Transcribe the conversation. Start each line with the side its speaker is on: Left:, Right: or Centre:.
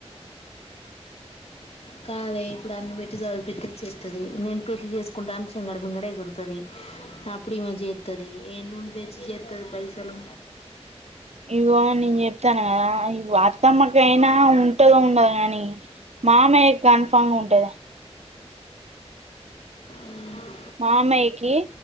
Left: కాదే ఇప్పుడు అన్ని పెట్టి చదివిపిత్తది చేత్తది నేను పెళ్ళి చేసుకుంటా అని శంగడ బింగడ ఎగురుతది అప్పుడు ఇమే చేత్తది ఎన్నుండి తెచ్చి చేత్తది పైసలు
Right: ఇగో నేను చెప్తాన కదా ఇ అత్తమ్మకైనా ఉంటదో ఉండదో కాని మామయ్య కన్ఫామ్గ ఉంటదే
Left: హు
Right: మామయ్యకి